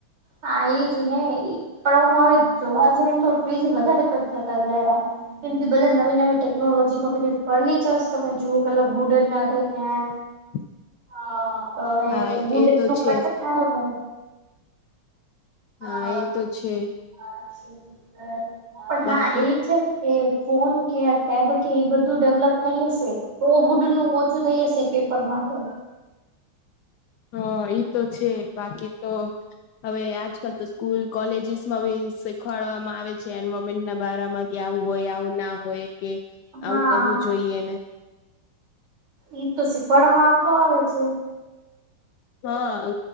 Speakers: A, on the right; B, on the left.
A: હા ઈજ ને પણ હમ હવે જોવા જઈ ને તો ટ્રીઝ વધારે <unintelligible> થતા જાય કેમ કે ભલે નવી નવી ટેકનોલોજી ખપે ફર્નિચર્સ તમે જુઓ કેટલા વુડન ના થઈ ક્યાં.
B: <inaudible>
A: હા હવે
B: હા
A: હુડ
B: એ
A: એટલું
B: તો છે
A: કટ થાય વું હા
B: હા એ તો છે
A: પણ
B: બાકી
A: હા એ છે. એ ફોન કે આ ટેબ કે એ બધું ડેવલપ થઈ હશે તો બુડ નું ઓછું થઈ હશે. પેપર માટે.
B: હ ઈ તો છે બાકી તો હવે આજ તો સ્કૂલ કોલેજસ માંબી સી ખાડવામાં આવે છે એન્મેન્ટ ના બારામાં ગયા હોય આવું ના હોય કે
A: હા
B: આવું કરવું જોઈએ ને
A: ઈ તો શીખવાડમાં આવતો હોય છે.
B: હા.